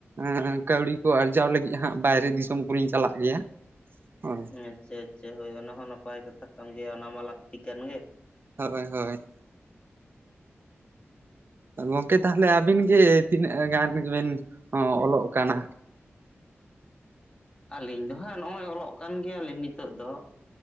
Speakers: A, on the right; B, on the left.
A: ᱟᱸ ᱠᱟᱹᱣᱰᱤ ᱠᱚ ᱟᱨᱡᱟᱣ ᱞᱟᱹᱜᱤᱫ ᱦᱟᱸᱜ ᱵᱟᱭᱨᱮ ᱫᱤᱥᱚᱢ ᱠᱚᱨᱮᱧ ᱪᱟᱞᱟᱜ ᱜᱮᱭᱟ᱾ ᱦᱳᱭ
B: ᱟᱪᱪᱷᱟ ᱟᱪᱪᱷᱟ, ᱦᱳᱭ ᱚᱱᱟ ᱦᱚᱸ ᱱᱟᱯᱟᱭ ᱠᱟᱛᱷᱟ ᱠᱟᱱ ᱜᱮᱭᱟ ᱚᱱᱟ ᱢᱟ ᱞᱟᱹᱠᱛᱤ ᱠᱟᱱ ᱜᱮ᱾
A: ᱦᱳᱭ ᱦᱳᱭ᱾ ᱜᱚᱝᱠᱮ ᱛᱟᱦᱚᱞᱮ ᱟᱵᱤᱱ ᱜᱮ ᱛᱤᱱᱟᱹᱜ ᱜᱟᱱ ᱜᱮᱵᱤᱱ ᱚᱞᱚᱜ ᱠᱟᱱᱟ?
B: ᱟᱹᱞᱤᱧ ᱫᱚ ᱦᱟᱸᱜ ᱱᱚᱜᱼᱚᱭ ᱚᱞᱚᱜ ᱠᱟᱱ ᱜᱮᱭᱟᱞᱤᱧ ᱱᱤᱛᱚᱜ ᱫᱚ᱾